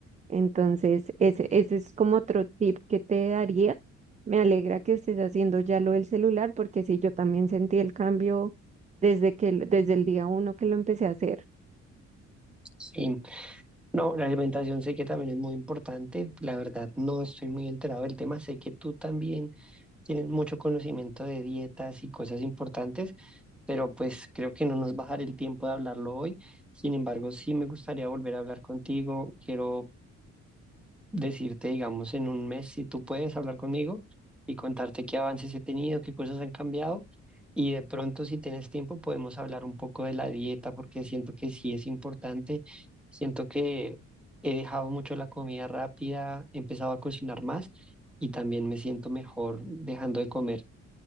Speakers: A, on the right; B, in the centre.
A: Entonces, ese, ese es como otro tip que te daría. Me alegra que estés haciendo ya lo del celular, porque sí, yo también sentí el cambio desde que, lo- desde el día uno que lo empecé a hacer.
B: Sí. No, la alimentación sé que también es muy importante. La verdad, no estoy muy enterado del tema. Sé que tú también tienes mucho conocimiento de dietas y cosas importantes, pero pues creo que no nos va a dar el tiempo de hablarlo hoy. Sin embargo, sí me gustaría volver a hablar contigo. Quiero decirte, digamos, en un mes si tú puedes hablar conmigo y contarte qué avances he tenido, qué cosas han cambiado. Y de pronto, si tienes tiempo, podemos hablar un poco de la dieta, porque siento que sí es importante. Siento que he dejado mucho la comida rápida, he empezado a cocinar más y también me siento mejor dejando de comer